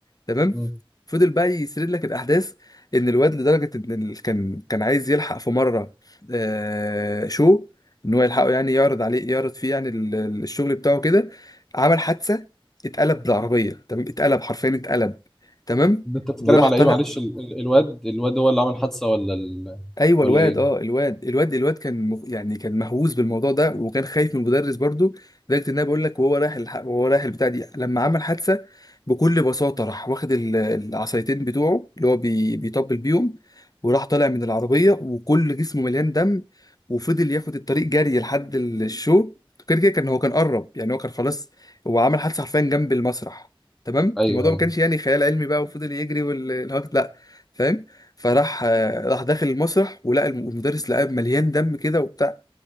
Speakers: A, on the left; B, in the centre.
A: تمام
B: مم.
A: فضل بقى يسرد لك الاحداث ان الواد لدرجه ان ال- كان كان عايز يلحق في مره آه شو ان هو يلحقه يعني يعرض عليه يعرض فيه يعني ال- ال- الشغل بتاعه كده عمل حادثه اتقلب بالعربيه تمام اتقلب حرفيا اتقلب تمام
B: ده انت بتتكلم
A: وراح
B: على
A: طالع
B: ايه معلش ال... ال- الواد الواد هو اللي عمل حادثه ولا ال...
A: ايوه
B: ولا
A: الواد
B: ايه
A: اه الواد الواد الواد كان مخ... يعني كان مهووس بالموضوع ده وكان خايف من المدرس برضو لدرجه ان انا بقول لك وهو رايح الح... وهو رايح البتاع دي لما عمل حادثه بكل بساطه راح واخد ال- العصايتين بتوعه اللي هو بي... بيطبل بيهم وراح طالع من العربيه وكل جسمه مليان دم وفضل ياخد الطريق جري لحد ال- الشو كده كده كان هو كان قرب يعني هو كان خلاص هو عمل حادثه حرفيا جنب المسرح تمام
B: ايوه
A: الموضوع
B: ايوه
A: ما كانش يعني خيال علمي بقى وفضل يجري والهكت لا فاهم فراح آه، راح داخل المسرح ولقى الم- المدرس لقاه مليان دم كده وبتاع